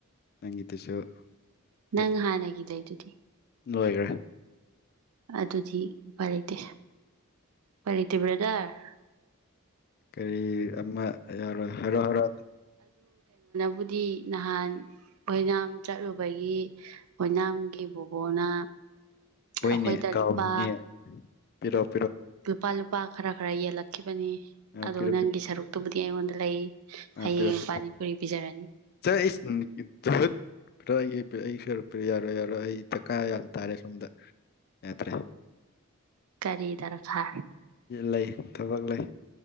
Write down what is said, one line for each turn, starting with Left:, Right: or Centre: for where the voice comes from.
Left: ꯅꯪꯒꯤꯗꯨꯁꯨ
Right: ꯅꯪ
Left: ꯑꯩ
Right: ꯍꯥꯟꯅꯒꯤ ꯂꯩꯗꯨꯗꯤ
Left: ꯂꯣꯏꯈ꯭ꯔꯦ
Right: ꯑꯗꯨꯗꯤ ꯎꯄꯥꯏ ꯂꯩꯇꯦ ꯎꯄꯥꯏ ꯂꯩꯇꯦ ꯕ꯭ꯔꯥꯗꯔ
Left: ꯀꯔꯤ ꯑꯃ ꯌꯥꯔꯣꯏ ꯍꯥꯏꯔꯣ ꯍꯥꯏꯔꯣ
Right: ꯕꯨꯗꯤ ꯅꯍꯥꯟ ꯑꯣꯏꯅꯥꯝ ꯆꯠꯂꯨꯕꯒꯤ ꯑꯣꯏꯅꯥꯝꯒꯤ ꯕꯣꯕꯣꯅ
Left: ꯍꯣꯏꯅꯦ
Right: ꯑꯩꯈꯣꯏꯗ
Left: ꯀꯥꯎꯏꯅꯦ
Right: ꯂꯨꯄꯥ
Left: ꯄꯤꯔꯞ
Right: ꯂꯨꯄꯥ ꯂꯨꯄꯥ ꯈꯔ ꯈꯔ ꯌꯦꯜꯂꯛꯈꯤꯕꯅꯤ
Left: ꯑ
Right: ꯑꯗꯣ
Left: ꯄꯤꯔꯛꯑꯣ
Right: ꯅꯪꯒꯤ ꯁꯔꯨꯛꯇꯨꯕꯨꯗꯤ ꯑꯩꯉꯣꯟꯗ ꯂꯩ
Left: ꯑ
Right: ꯍꯌꯦꯡ
Left: ꯄꯤꯔꯣ ꯄꯣꯔꯣ
Right: ꯄꯥꯅꯤ ꯄꯨꯔꯤ ꯄꯤꯖꯔꯅꯤ
Left: ꯆꯠ ꯏꯁ ꯄꯨꯔꯥ ꯑꯩ ꯑꯩ ꯁꯔꯨꯛ ꯄꯤꯔꯣ ꯌꯥꯔꯣꯏ ꯌꯥꯔꯣꯏ ꯑꯩ ꯗ꯭ꯔꯀꯥ ꯌꯥꯝ ꯇꯥꯔꯦ ꯁꯣꯝꯗ ꯌꯥꯗ꯭ꯔꯦ
Right: ꯀꯔꯤ ꯗ꯭ꯔꯀꯥ
Left: ꯂꯩ ꯊꯕꯛ ꯂꯩ